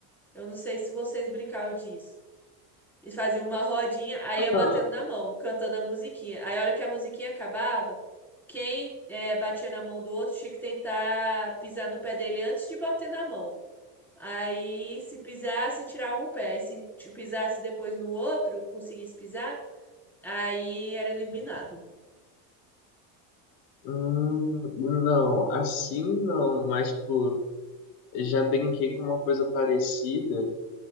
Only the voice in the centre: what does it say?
Eu não sei se vocês brincavam disso. E fazia uma rodinha, aí
ia batendo na mão, cantando a musiquinha. Aí a hora que a musiquinha acabava, quem eh, batia na mão do outro tinha que tentar pisar no pé dele antes de bater na mão. Aí, se pisasse, tirava um pé. e se t- pisasse depois no outro, conseguisse pisar, aí era eliminado.